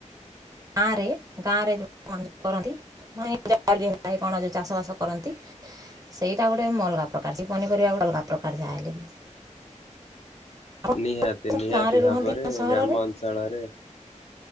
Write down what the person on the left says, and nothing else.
ନିହାତି ନିହାତି
ଭାବରେ
ଗ୍ରାମ ଅଞ୍ଚଳରେ